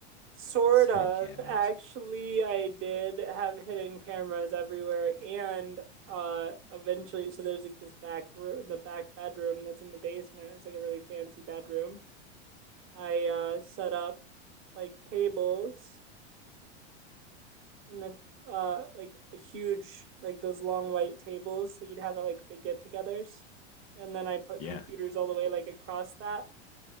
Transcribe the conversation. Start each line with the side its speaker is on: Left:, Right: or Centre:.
Right: Sort
Left: hidden
Right: of.
Left: cameras?
Right: Actually, I did have hidden cameras everywhere and uh eventually so there's like this back room the back bedroom that's in the basement. It's like a really fancy bedroom. I uh set up like tables and the uh like a huge like those long white tables that you'd have at like big get-togethers. And then I put
Left: Yeah.
Right: computers all the way like across that